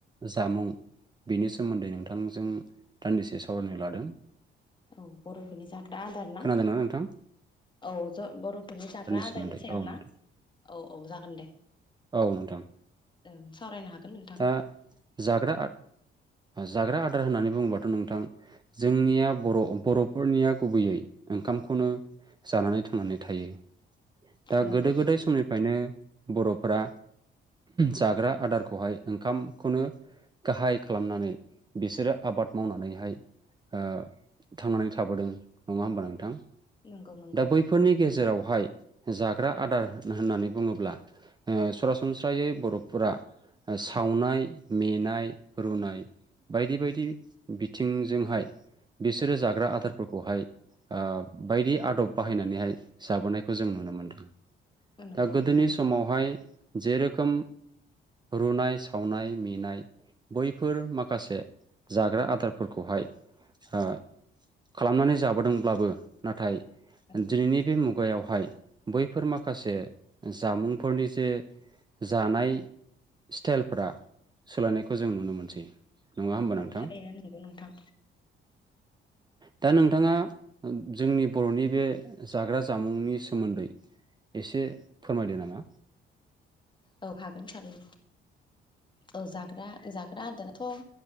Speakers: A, on the right (about 20°); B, on the left (about 25°).
A: जामुं बिनि सोमोन्दै नोंथांजों दान्दिसे सावरायनो लादों।
B: औ बर'फोरनि जाग्रा आदार ना
A: खोनादोंना नोंथां
B: औ ज' बर'फोरनि जाग्रा
A: सोमोन्दै
B: आदारनि सायाव
A: औ नोंथां
B: ना औ औ जागोन दे।
A: औ नोंथां
B: ओं सावरायनो हागोन नोंथां
A: दा जाग्रा जाग्रा आदार होननानै बुङोबाथ' नों थां जोंनिया बर' बर'फोरनिया गुबैयै ओंखामखौनो जानानै थांनानै थायो। दा
B: नंगौ
A: गोदो गोदाय समनिफ्रायनो बर'फोरा जाग्रा आदारखौहाय ओंखामखौनो गाहाय खालामनानै बिसोरो आबाद मावनानैहाय थांनानै ओ थाबोदों नङा होमबा नोंथां?
B: नंगौ नंगौ
A: दा बैफोरनि गेजेराव हाय जाग्रा आदार होननानै बुङोब्ला ओ सरासनस्रायै बर'फोरा सावनाय मेनाय रुनाय बायदि बायदि बिथिंजोंहाय बिसोरो जाग्रा आदारफोरखौहाय ओ बायदि आदब बाहायनानैहाय जाबोनायखौ जों नुनो मोनदों।
B: नंगौ
A: दा गोदोनि
B: नोंथां
A: समावहाय जे रोखोम रुनाय सावनाय मेनाय बैफोर माखासे जाग्रा आदारफोरखौहाय ओ खालामनानै जाबोदोंब्लाबो नाथाय दिनैनि
B: औ
A: बे मुगायाव हाय बैफोर माखासे जामुंफोरनि जे जानाय स्टाइलफोरा सोलायनायखौ जों नुनो मोनसै। नङा होनबा नोंथां
B: औ थारैनो नंगौ नोंथां
A: दा नोंथाङा। जोंनि बर'नि बे जाग्रा जामुंनि सोमोन्दै। एसे फोरमायदो नामा।
B: औ हागोन हागोन औ जाग्रा जाग्रा आदाराथ'